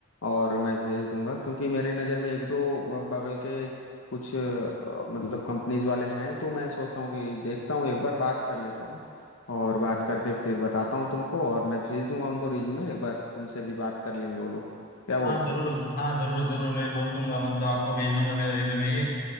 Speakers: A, on the left; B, on the left.
A: और मैं भेज दूंगा क्योंकि मेरे नज़र में एक दो बगल के कुछ अ, मतलब कंपनीज वाले हैं तो मैं सोचता हूँ कि देखता हूँ एक बार बात कर लेता हूँ और बात करके फिर बताता हूँ तुमको और मैं भेज दूंगा उनको रिज्यूमे एक बार तुमसे भी बात कर लेंगे वो लोग क्या बोलते
B: हाँ जरूर
A: हो
B: हाँ जरूर जरूर मैं बोल दूंगा मतलब आपको भेज दूंगा मेरा रिज्यूमे ये